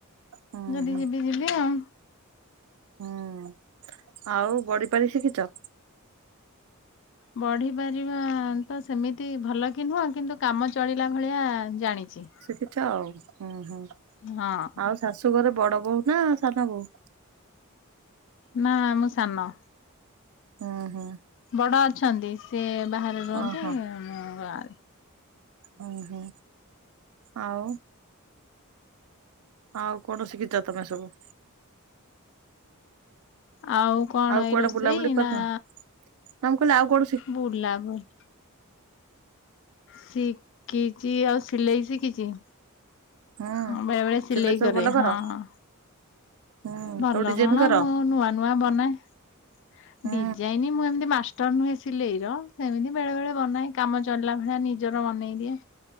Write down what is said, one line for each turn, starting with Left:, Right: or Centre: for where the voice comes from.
Right: ହୁଁ
Left: ଯଦି
Right: ହୁଁ
Left: ଯିବି ଯିବି ଆଉ।
Right: ହୁଁ ଆଉ ବଢିପାରି ଶିଖିଛ।
Left: ବଢ଼ିପାରିବାତ ସେମିତି ଭଲକି ନୁହଁ କିନ୍ତୁ କାମ ଚଳିଲା ଭଳିଆ ଜାଣିଚି।
Right: ସିକିଚ ଆଉ ହଁ ହଁ
Left: ହଁ
Right: ଆଉ ଶାଶୁଘରେ ବଡ଼ ବୋହୁନା ସାନ ବୋହୁ।
Left: ନା ମୁଁ ସାନ।
Right: ଓହୋ।
Left: ବଡ଼ ଅଛନ୍ତି ସେବାହାରେ ରୁହନ୍ତି
Right: ଓହୋ
Left: ମୁଁ ଗାଁରେ।
Right: ଉଁ ହୁଁ ଆଉ। ଆଉ କଣ ଶିଖିଚି ତମେ ସବୁ?
Left: ଆଉ କଣ
Right: କୁଆଡେ
Left: ଏଇ ରୋଷେଇ
Right: ବୁଲାବୁଲି କରିନ
Left: ନାଁ।
Right: ମୁଁ କହିଲି ଆଉ ଗୋ
Left: ବୁଲା ବୁଲି ଶିଖିଚି ଆଉ ସିଲେଇ ଶିଖିଚି।
Right: ହୁଁ
Left: ହଁ ବେଳେବେଳେ ସିିଲେଇ
Right: ସିଲେଇ ସବୁ
Left: କରେ
Right: ଭଲ କର
Left: ହଁ ହଁ।
Right: ହୁଁ
Left: ଭଲ
Right: ସବୁ ଡିଜାଇନ
Left: କଣ
Right: କର
Left: ମୁଁ ନୂଆ ନୂଆ ବନାଏ
Right: ହୁଁ
Left: ଡିଜାଇନ୍ ମୁଁ ଏମତି ମାଷ୍ଟ ର ନୁହେଁ ସିଲେଇର ସେମିତି ବେଳେ ବେଳେ ବନାଏ କାମ ଚଳିଲା ଭଳିଆ ନିଜର ବନେଇ ଦିଏ।